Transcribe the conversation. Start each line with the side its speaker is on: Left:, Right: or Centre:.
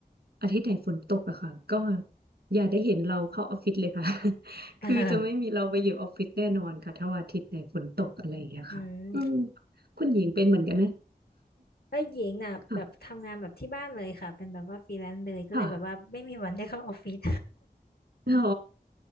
Right: อาทิตย์ไหนฝนตกอะค่ะก็อย่าได้เห็นเราเข้าออฟฟิศเลยค่ะ <laughs>
Left: <laughs> เออ
Right: คือจะไม่มีเราไปอยู่ออฟฟิศแน่นอนค่ะถ้าวันอาทิตย์ไหนฝนตกอะไรอย่างเงี้ยค่ะอืม
Left: อืม
Right: คุณหญิงเป็นเหมือนกันไหม
Left: เอ้ยหญิงน่ะแบบทำงานแบบที่บ้านเลยค่ะเป็นแบบว่าฟรีแลนซ์เลยก็เลยแบบว่าไม่มีวันได้เข้าออฟฟิศ
Right: <laughs> ค่ะค่ะ อ๋อ